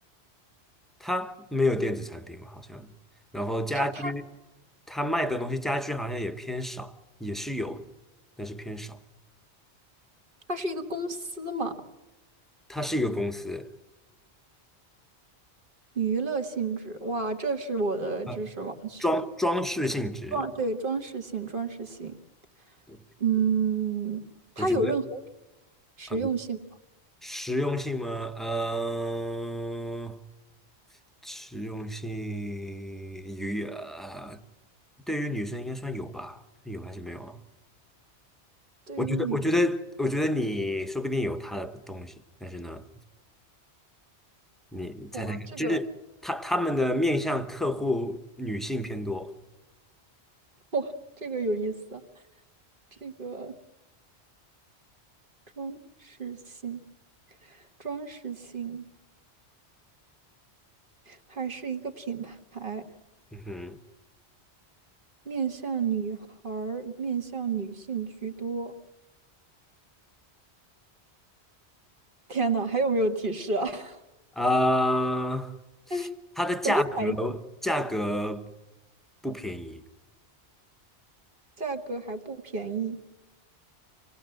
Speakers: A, in the centre; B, on the right.
A: 它没有电子产品好像，然后家居，
B: 它它
A: 它卖的东西家居好像也偏少，也是有的，但是偏少。
B: 它是一个公司嘛？
A: 它是一个公司，
B: 娱乐性质，哇，这是我的知识盲区。
A: 啊，装装饰性质，
B: 装，对，装饰性，装饰性。
A: 对
B: 嗯，它有任何
A: 我觉得。
B: 实用性吗？
A: 嗯。实用性吗？嗯、实用性与呃，对于女生应该算有吧？有还是没有啊？
B: 对于女生，
A: 我觉得，我觉得，我觉得你说不定有她的东西，但是呢，你猜猜看，
B: 哇，这个，
A: 他他们的面向客户女性偏多。
B: 哇，这个有意思啊这个装饰性，装饰性还是一个品牌，
A: 嗯哼，
B: 面向女孩儿，面向女性居多。天呐，还有没有提示啊？<laughs>
A: 呃，
B: 但是什么材质？
A: 它的价格价格不便宜
B: 价格还不便宜，